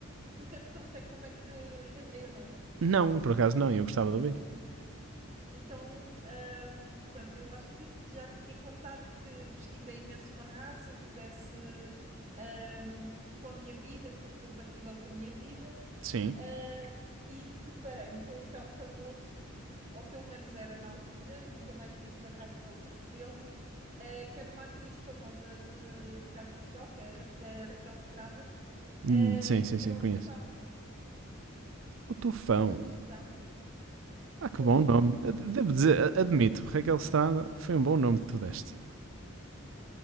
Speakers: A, on the right (about 30°); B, on the right (about 60°).
A: Nunca te contei como é que lhe dei o nome.
B: Não, por acaso não, eu gostava de ouvir.
A: Então, ahm, pronto, eu acho que já te tinha contado que pesquisei imenso uma raça que desse, ahm, com a minha vida, que fosse compatível com a minha vida,
B: Sim.
A: ah, e deparei-me com um cão famoso, ou pelo menos era na altura, nunca mais vi por acaso posse dele, ah, que é de uma atriz famosa de, de cá de Portugal, que é a Ra- a Raquel Estrada,
B: Hum,
A: ah,
B: sim, sim,
A: que
B: sim,
A: era o
B: conheço.
A: Tufão,
B: O Tufão.
A: o Tufão,
B: Ah, que
A: que
B: bom
A: era
B: nome. Ad- Devo dizer, a- admito, Raquel Estrada foi um bom nome que tu deste.